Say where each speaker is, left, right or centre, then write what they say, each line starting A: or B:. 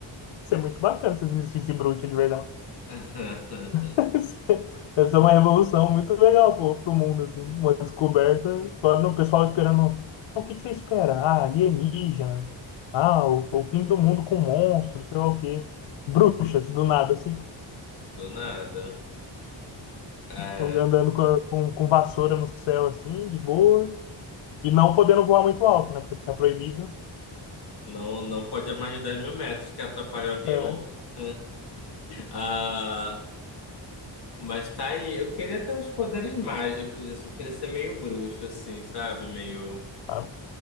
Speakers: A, on the left; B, on the left.
A: ser muito bacana se existisse bruxa de verdade.
B: <laughs>
A: <laughs> Essa é uma revolução muito legal pro, pro mundo, assim. Uma descoberta. Agora o pessoal esperando. "Ah, o que que você espera? Ah, alienígena. Ah, o, o fim do mundo com monstros, sei lá o quê. Bruxas, do nada, assim.
B: Do nada. É,
A: Andando com, a- com, com vassoura no céu, assim, de boa. E não podendo voar muito alto, né? Porque tá proibido.
B: não, não pode a mais de dez mil metros que atrapalha o avião.
A: É.
B: <laughs> Ah, mas tá aí. Eu queria ter uns poderes mágicos, assim. Eu queria ser meio bruxo, assim, sabe? Meio,
A: Ah,